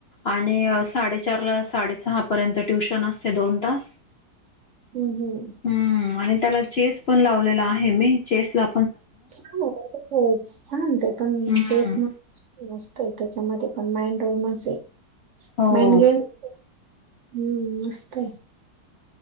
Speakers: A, on the left; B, on the right.
A: आणि साडेचारला साडेसहा पर्यंत ट्युशन असते दोन तास.
B: हम्म हम्म
A: हम्म आणि त्याला चेस पण लावलेला आहे मी. चेस ला
B: छान हो छान ते पण
A: हम्म
B: चेस म मस्त आहे त्याच्यामध्ये पण माइंड वोमनस आहे.
A: हो
B: माइंड गेम हम्म मस्त आहे.